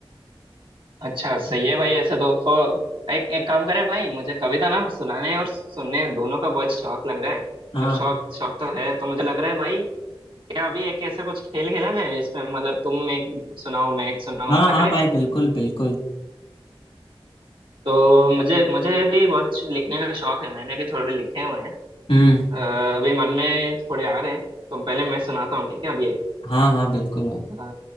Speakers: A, on the right (about 60°); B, on the left (about 70°).
A: अच्छा सही है भाई ऐसे तो फो- एक एक काम करें भाई मुझे कविता ना सुनाने और सुनने दोनों का बहुत शौक लग रहा है मतलब
B: हाँ
A: शौक शौक तो है तो मुझे लग रहा है भाई क्या अभी एक ऐसा कुछ खेल खेला जाए जिसमें मतलब तुम एक सुनाओ मैं एक सुनाऊं
B: हाँ
A: ऐसा
B: हाँ
A: करें
B: भाई बिल्कुल बिल्कुल
A: तो मुझे मुझे भी बहुत लिखने का शौक है मैंने भी थोड़े लिखे हुए हैं
B: हम्म
A: अ, अभी मन में थोड़े आ रहे हैं तो पहले मैं सुनाता हूँ ठीक है अभी एक
B: हाँ हाँ बिल्कुल भाई
A: अ,